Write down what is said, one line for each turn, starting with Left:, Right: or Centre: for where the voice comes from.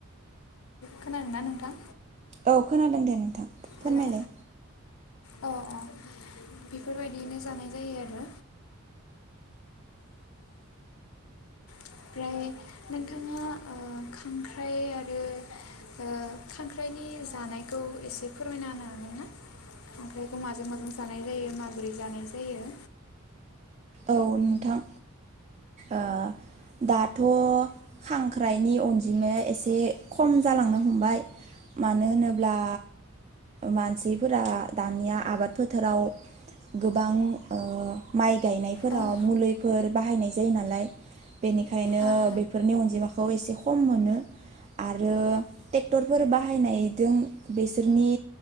Left: खोनादों ना नोंथां?
Right: औ खोनादों दे नोंथां। फोरमायलाय।
Left: हेलौ अ अ बेफोरबायदियैनो जानाय जायो आरो। ओमफ्राय नोंथाङा ओ- खांख्राइ आरो ओ- खांख्राइनि जानायखौ एसे फोरमायना होनो हागोना? खांख्राइखौ माजों माजों जानाय जायो माबोरै जानाय जायो?
Right: औ नोंथां ओ-दाथ' खांख्राइनि अनजिमाया एसे खम जालांनो हमबाय मानो होनोब्ला मानसिफोरा दानिया आबाद फोथाराव गोबां ओ- माइ गायनाय। फोराव
Left: ओं
Right: मुलिफोर बाहायनाय जायो नालाय बेनिखायनो
Left: ओं
Right: बेफोरनि अनजिमाखौ एसे खम मोनो आरो ट्रेक्टरफोर बाहायनायजों बेसोरनि